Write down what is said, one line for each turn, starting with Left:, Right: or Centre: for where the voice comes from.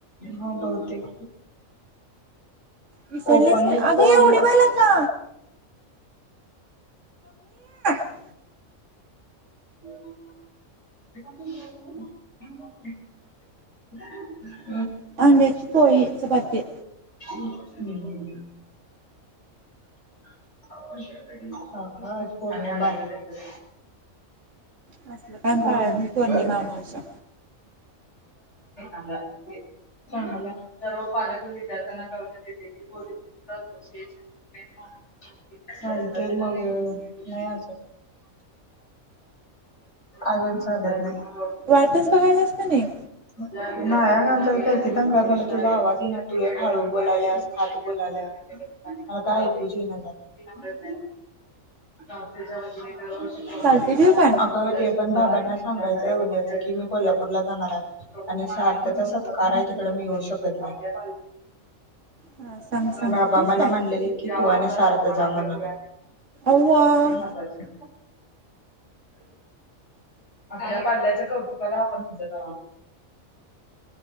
Left: हो बहुतेक
Right: विसरलेच
Left: ओपन
Right: अगं
Left: विथ कोडला
Right: या उडीवाला का? <inaudible> <inaudible>
Left: <unintelligible> <unintelligible> <unintelligible> <unintelligible>
Right: <unintelligible> होळीचं वाद्य
Left: <inaudible> <inaudible> आकाश भरून याला लागलंय
Right: असलं काम पाळत
Left: रे.
Right: नाही पौर्णिमा अमावस्या
Left: <inaudible> चांगलं हाय, सर्व पालक विद्यार्थ्यांना कळवतात की पोलीस <unintelligible> ह चालतय मग नाही अजून अजून चालत नाही.
Right: वाटच बघायलास का नाही
Left: नाही अंग आमच्याकडे काय ती दंगा क मला तुझा आवाज ये ना तू हे हळू बोलाल्यास खात बोलाल्यास मला काय कुचं ईना झालय. <unintelligible>
Right: चालते ठेवू काय
Left: अगं ते पण भाब सांगायचंय उद्याच की मी कोल्हापूरला जाणार हाय. आणि सारथ्याचा सत्कार आहे तिकड मी येऊ शकत नाय.
Right: हा सांग सांग
Left: बाबा
Right: ठेवू
Left: मला
Right: काय
Left: म्हणल्याले. किंवा तू आणि सार्थ जा म्हटले.
Right: अव्वा
Left: हे महत्वाचं आपल्या पाल्याच्या कौतुकाला आपण हजर